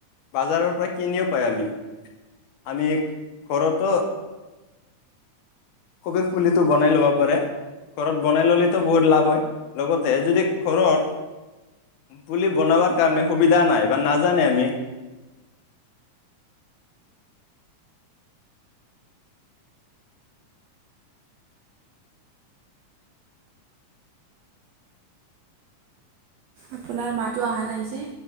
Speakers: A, on the left; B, on the right.
A: বাজাৰৰ পৰা কিনিও পাই আমি। আমি ঘৰতো কবিৰ ফুলিটো বনাই ল'ব পাৰে। ঘৰত বনাই ল'লেতো বহুত লাভ হয়। লগতে যদি ঘৰত পুলি বনাবাৰ কাৰণে সুবিধা নাই বা নাজানে আমি
B: আপোনাৰ মাতো আহা নাই যে।